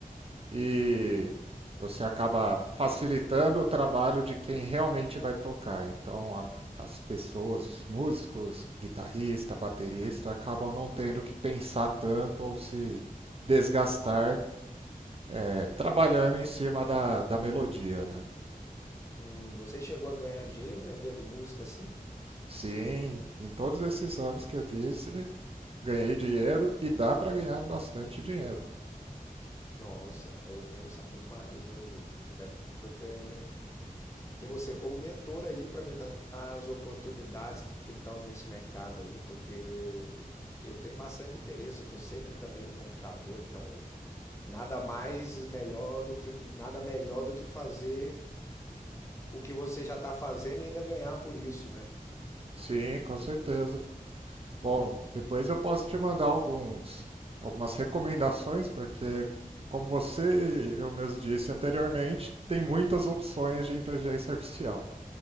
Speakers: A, on the right; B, on the left.
A: E você acaba facilitando o trabalho de quem realmente vai tocar. Então, a, as pessoas, músicos, guitarrista, baterista, acabam não tendo que pensar tanto ou se desgastar é, trabalhando em cima da, da melodia, né?
B: Hum, você chegou a ganhar dinheiro vendendo música assim?
A: Sim, em todos esses anos que eu disse, ganhei dinheiro e dá para ganhar bastante dinheiro.
B: Nossa, eu quero saber mais. Eu eu até ter você como mentor aí para me dar as oportunidades que estão nesse mercado aí, porque eu tenho bastante interesse, eu estou sempre também no computador, então nada mais melhor do que nada melhor do que fazer o que você já está fazendo e ainda ganhar por isso, né?
A: Sim, com certeza. Bom, depois eu posso te mandar alguns, algumas recomendações, porque como você e eu mesmo disse anteriormente, tem muitas opções de inteligência artificial